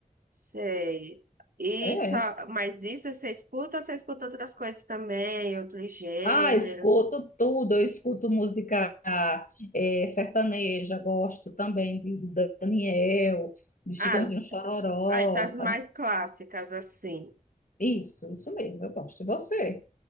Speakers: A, on the right; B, on the left.
A: Sei. E
B: É.
A: só,
B: é.
A: mas isso você escuta ou você escuta outras coisas também, outros gêneros?
B: Ah, escuto tudo, eu escuto música é, sertaneja, gosto também de Daniel, de Chitãozinho
A: Ah,
B: Chororó,
A: aí tá as
B: sabe?
A: mais clássicas, assim.
B: Isso, isso mesmo, eu gosto. E você?